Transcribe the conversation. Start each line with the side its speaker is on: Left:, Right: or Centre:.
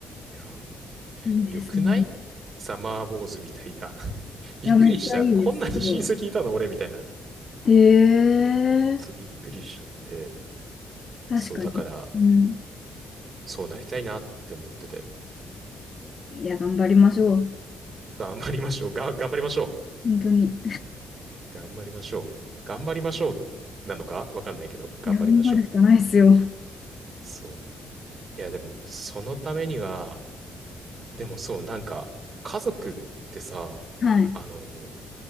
Right: いやー、もう、
Left: いいですね。
Right: 良くないサマーウォーズみたいな。<laughs> びっくりした。
Left: いや、めっちゃいいです。
Right: こんなに親戚いたの俺みたいな。
Left: すごい。へえ。
Right: そう、びっくりしちゃって。
Left: 確かに。
Right: そう、だから、
Left: うん。
Right: そうなりたいなって思ってて。
Left: いや、頑張りましょう。
Right: だ頑張りましょう。が、頑張りましょう。
Left: 本当に。
Right: 頑張りましょう。頑張りましょう。なのかわかんないけど、頑張りましょう。
Left: いや、頑張るしかないですよ。
Right: そう。いや、でも、そのためには、でもそう、なんか、家族ってさ、
Left: はい。
Right: あの、